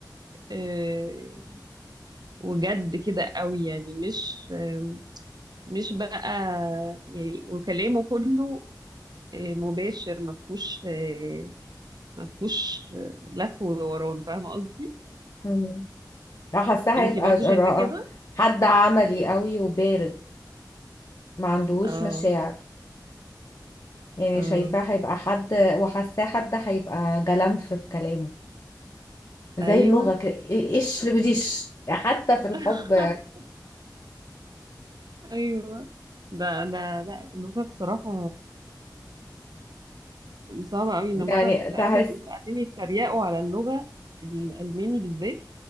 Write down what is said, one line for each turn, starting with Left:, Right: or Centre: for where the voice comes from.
Right: آه، وجد كده قوي يعني مش آه، مش بقى يعني وكلامه كله آه، مباشر مفهوش آه، مفهوش آه، لف ودوران فاهمة قصدي؟
Left: مم. لو حاساه
Right: انتي
Left: هيبقى
Right: برضو
Left: ش-
Right: شايفاه
Left: را-
Right: كده
Left: حد عملي قوي وبارد ما عندهوش
Right: اه
Left: مشاعر يعني
Right: اه
Left: شايفاه هيبقى حد وحاساه حد هيبقى جلمف في كلامه زي
Right: ايوه
Left: اللغة كده إيه- ايش اللي بديش حتى في الحب
Right: <laughs> ايوه ده ده لا اللغه بصراحه صعبه قوي انا مره
Left: يعني
Right: كنت
Left: تحس
Right: قاعده مع ناس قاعدين يتريقوا على اللغه الالماني بالذات